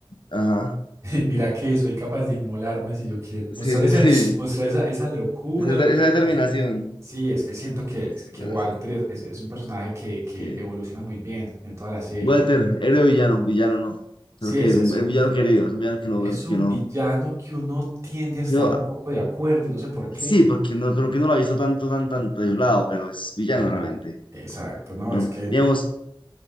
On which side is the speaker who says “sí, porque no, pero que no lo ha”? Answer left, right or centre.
Left